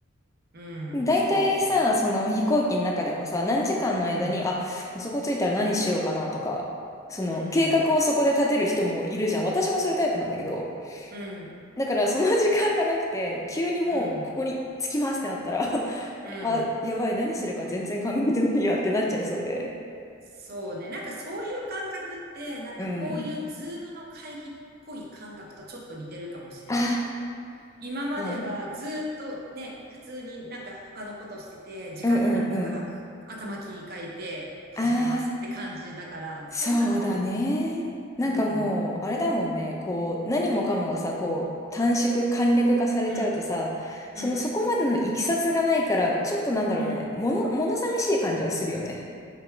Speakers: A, on the right; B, on the left.
A: うん、
B: 大体さ、
A: そうね。
B: その飛行機の中でもさ、何時間の間に、
A: うん、
B: あ、あそこ着いたら何しようかなとか、その計画をそこで立てる人もいるじゃん。
A: うん、
B: 私もそういうタイプなんだけど、
A: うん、
B: だからその時間がなくて、急にもうここに着きますってなったら
A: うん、
B: <laughs>
A: うん。
B: あ、やばい、何するか全然考えてないやってなっちゃいそうで。
A: そうね。なんかそういう感覚って、なんかこういうズームの会議っぽい感覚とちょっと似てるかもしれない。
B: うん。あ
A: 今まではずっとね、
B: あ、
A: 普通になんか他のことしてて、時間になったから頭切り替えて始めますって感じだから、
B: うんうんうん。ああ。そうだね。
A: そういう感じなんじゃない
B: なんかもう、
A: うん。
B: あれだもんね。こう、何もかもがさ、こう、短縮、簡略化されちゃうとさ、
A: うん。
B: そのそこまでのいきさつがないから、
A: うん。
B: ちょっとなんだろうね。
A: うん。
B: もの、物寂しい感じはするよね。